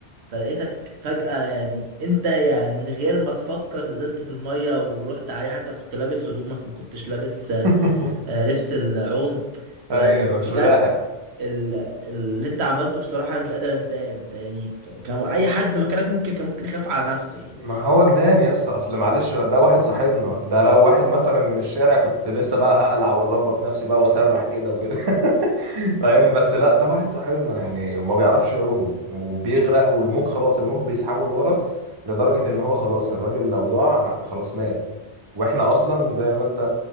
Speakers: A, on the right (about 65°); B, on the right (about 35°).
A: فلقيتك فجأة يعني انت يعني من غير ما تفكر نزلت في المية ورحت عليه حتى كنت لابس هدومك ما كنتش لابس آه،
B: <laughs>
A: آه، لبس العوم يعني
B: ايوه
A: بجد
B: مش ملاحق
A: ال- اللي انت عملته بصراحة انا مش قادر انساه انت يعني ك- كان اي حد مكانك ممكن كان ممكن يخاف على نفسه يعني
B: ما هو جنان يا اسطى اصل معلش ده واحد صاحبنا ده لو واحد مثلا من الشارع كنت لسه بقى هقلع واظبط نفسي بقى واسرح كده وكده <laughs> فاهم بس لا ده واحد صاحبنا يعني وما بيعرفش يعوم وبيغرق والموج خلاص الموج بيسحبه لورا لدرجة ان هو خلاص الراجل لو دعا خلاص مات واحنا اصلا زي ما انت